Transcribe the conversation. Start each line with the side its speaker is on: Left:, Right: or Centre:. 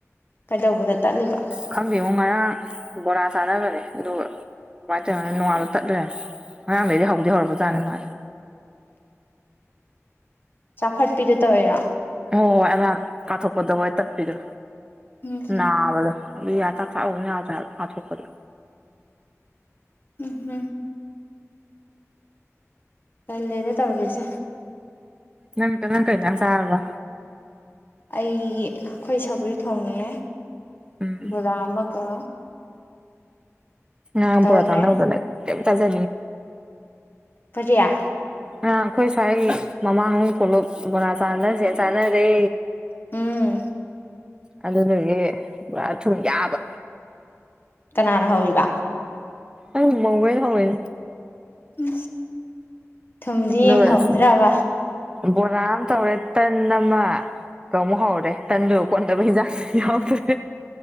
Left: ꯀꯩꯗꯧꯕꯗ ꯇꯠꯂꯤꯕ
Right: ꯈꯪꯗꯦꯉꯣ ꯉꯔꯥꯡ ꯕꯣꯔꯥ ꯆꯥꯟꯅꯕꯅꯦ ꯑꯗꯨꯒ ꯀꯃꯥꯏꯅ ꯇꯧꯔꯤꯅꯣ ꯅꯣꯡꯉꯥꯜꯂꯒ ꯇꯠ ꯂꯩꯔꯝꯃꯦ ꯉꯔꯥꯡꯗꯩꯗꯤ ꯍꯧꯗꯤ ꯍꯧꯔꯕꯖꯥꯠꯅꯤ ꯃꯥꯁꯦ
Left: ꯆꯥꯊꯠꯄꯤꯗꯣ ꯇꯧꯋꯤꯔꯣ
Right: ꯍꯣꯏ ꯍꯣꯏ ꯑꯃ ꯀꯥꯊꯣꯛꯄꯗ ꯍꯣꯢ ꯇꯠꯄꯤꯗꯣ
Left: ꯎꯝ
Right: ꯅꯥꯕꯗꯣ ꯑꯗꯨ ꯌꯥ ꯆꯥꯛ ꯆꯥꯕꯒ ꯑꯃꯇ ꯌꯥꯗ꯭ꯔꯦ ꯍꯥꯢꯕ ꯀꯥꯊꯣꯛꯄꯗ
Left: ꯎꯝ ꯎꯝ ꯇꯜꯂꯦꯗ ꯇꯧꯔꯤꯁꯦ
Right: ꯅꯪꯀ ꯅꯪ ꯀꯩꯩꯅꯪ ꯆꯕ
Left: ꯑꯩ ꯑꯩꯈꯣꯏ ꯁꯒꯔꯤ ꯊꯣꯡꯉꯦ
Right: ꯎꯝ
Left: ꯕꯂꯥ ꯑꯃꯒ
Right: ꯑ
Left: ꯇꯧꯔꯦ
Right: ꯄꯨꯔ ꯆꯥꯟꯅꯗꯅꯦ ꯀ ꯇꯖꯦ
Left: ꯐꯖꯌꯥ
Right: ꯑ ꯑꯩꯈꯣꯏ ꯁ꯭ꯋꯥꯏ ꯃꯃꯥꯡꯍ ꯄꯨꯣꯂꯞ ꯕꯣꯔꯥ ꯆꯥꯅꯁꯦ ꯆꯥꯅꯔꯦ
Left: ꯎꯝ
Right: ꯑꯗꯨꯗꯒꯤ ꯊꯨꯝ ꯌꯥꯕ
Left: ꯀꯅꯥꯅ ꯍꯧꯕ
Right: ꯑ ꯃꯒꯣꯏ ꯍꯣꯏ
Left: ꯎꯝ ꯊꯨꯝꯗꯤ ꯌꯦꯡꯍꯧꯗ꯭ꯔꯕ
Right: ꯑꯗꯨꯒ ꯕꯣꯔꯥ ꯑꯃ ꯇꯧꯔꯦ ꯇꯟ ꯑꯃ ꯀ ꯍꯧꯔꯦ ꯇꯗ ꯀꯣꯟꯗꯕꯍꯤꯖꯥ ꯌꯥꯎꯗ꯭ꯔꯦ